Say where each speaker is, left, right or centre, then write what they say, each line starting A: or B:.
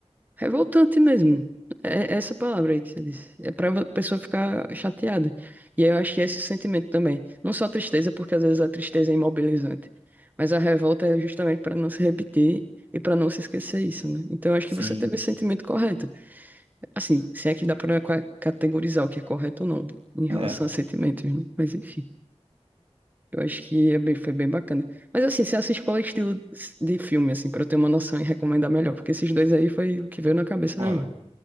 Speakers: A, on the right (about 15°); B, on the right (about 55°).
A: revoltante mesmo. É essa palavra aí que você disse. É pra pessoa ficar chateada. E aí eu acho que é esse sentimento também. Não só a tristeza, porque às vezes a tristeza é imobilizante. Mas a revolta é justamente para não se repetir e para não se esquecer isso, né? Então eu acho
B: Sim,
A: que você teve o sentimento correto. Assim, se é que dá pra qua- categorizar o que é correto ou não em relação
B: é,
A: a sentimentos, né? Mas enfim. Eu acho que é bem- foi bem bacana. Mas assim, se essa escola é estilo de filme, assim, pra eu ter uma noção e recomendar melhor, porque esses dois aí foi o que veio na cabeça
B: olha,
A: na hora.